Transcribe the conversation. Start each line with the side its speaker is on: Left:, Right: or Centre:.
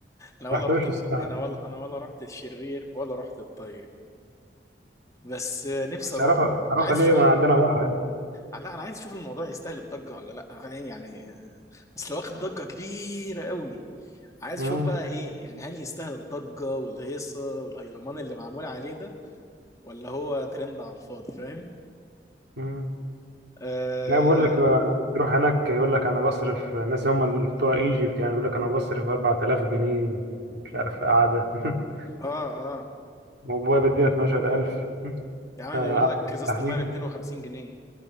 Left: انا ولا
Right: ما رحتوش
Left: رحت الط-
Right: الصراحة.
Left: انا ولا انا ولا رحت الشرير ولا رحت الطيب بس نفسي
Right: بس
Left: اروح
Right: هروح
Left: برضه
Right: هروح
Left: عايز
Right: ليه
Left: شو...
Right: ما
Left: لا
Right: عندنا بحر يعني.
Left: انا عايز اشوف الموضوع يستاهل الضجه ولا لا فاهم يعني اصل واخد ضجة كبيرة قوي عايز
Right: مم.
Left: اشوف بقى ايه يعني هل يستاهل الضجة والهيصة والهيلمان اللي معمول عليه ده ولا هو ترند على الفاضي فاهم
Right: مم.
Left: اه
Right: لا بيقول لك آه، تروح هناك يقول لك انا بصرف الناس هم اللي بتوع ايجيبت يعني يقول لك انا بصرف 4000 جنيه مش عارف قعدة <laughs>
Left: اه, آه.
Right: وبابايا بيدينا 12000
Left: يا عم
Right: آه،
Left: بيقول لك ازازة
Right: تحريفة
Left: المية ب 250 جنيه